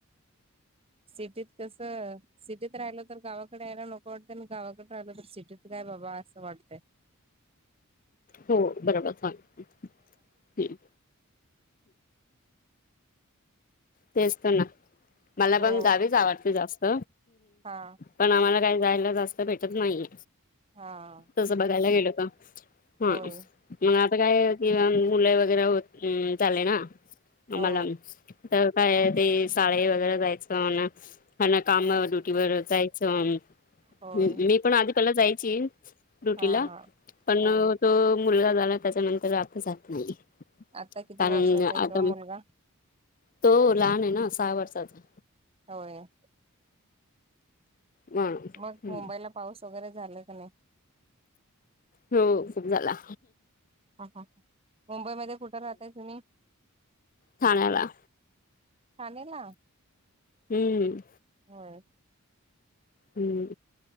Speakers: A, on the right (about 25°); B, on the left (about 40°).
A: सिटीत कसं सिटीत राहिलो तर गावाकडे यायला नको वाटतंय, आणि गावाकडे राहिलो तर सिटीत काय बाबा असं वाटतंय.
B: हो बरोबर चालतंय हम्म. तेच तर ना मला पण
A: हो
B: गावीचं जाऊ वाटते जास्त
A: हा
B: पण आम्हाला काय जायला जास्त भेटत नाहीये.
A: हा.
B: तस बघायला गेल का हम्म?
A: होय
B: मग आता काय कि मुलं वगैरे होत चाले ना आम्हाला
A: हो
B: तर काय ते शाळेत वगैरे जायचं म्हणा. आणि काम
A: हा
B: ड्युटी वर जायचं
A: होय
B: मी पण आधी पहीला जायची ड्युटीला
A: हा हा
B: पण
A: होय
B: तो मुलगा झाला त्याच्यानंतर आता जात नाही.
A: आता किती
B: कारण
A: वर्षाचा
B: आता
A: आहे तो मुलगा?
B: तो लहांन आहे नां सहा वर्षचा आहे.
A: होयं.
B: म्हणून
A: मंग मुंबईलां पाऊस वगैरें झालां कां नाहीं?
B: हो खूंप झालां.
A: हां हां मुंबईमध्यें कुठे राहताय तुम्हीं?
B: ठाण्यांला.
A: ठाणेलां.
B: हम्मं
A: होयं.
B: हम्मं